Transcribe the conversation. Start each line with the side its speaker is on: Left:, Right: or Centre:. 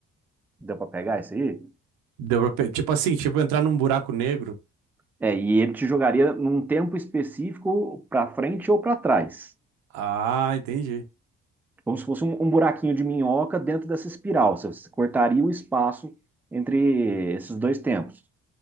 Centre: Deu para pegar isso aí?
Right: Deu pra pe- Tipo assim, tipo entrar num buraco negro.
Centre: É, e ele te jogaria num tempo específico para frente ou para trás.
Right: Ah, entendi.
Centre: Como se fosse um, um buraquinho de minhoca dentro dessa espiral. você cortaria o espaço entre esses dois tempos.